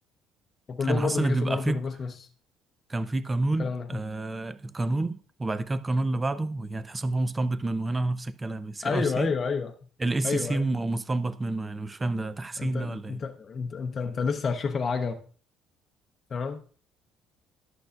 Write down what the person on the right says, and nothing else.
انا حاسس
ان
بيبقى
في
كان في قانون
آه القانون وبعد كده القانون اللي بعده وهي هتحس ان هو مستنبط منه هنا نفس الكلام السي
ار سي
الاس سي
سي
مستنبط منه يعني مش فاهم ده تحسين
ده ولا ايه